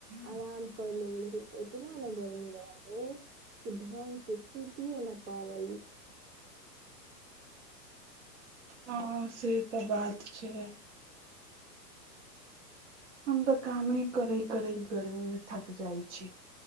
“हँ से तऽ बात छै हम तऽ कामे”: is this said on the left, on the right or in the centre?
Right